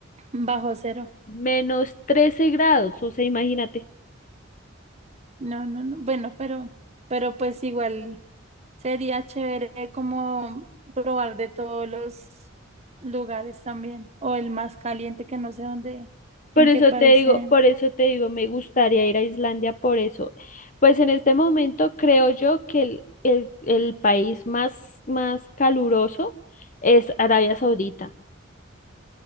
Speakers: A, on the right; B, on the left.
A: bajo cero.
B: menos 13 grados, o sea, imagínate.
A: No, no, no. Bueno, pero, pero pues igual sería chévere como probar de todos los lugares también. O el más caliente que no sé dónde,
B: Por
A: en
B: eso
A: qué país
B: te digo,
A: sea.
B: por eso te digo, me gustaría ir a Islandia por eso. Pues en este momento creo yo que el, el- el país más, más caluroso es Arabia Saudita,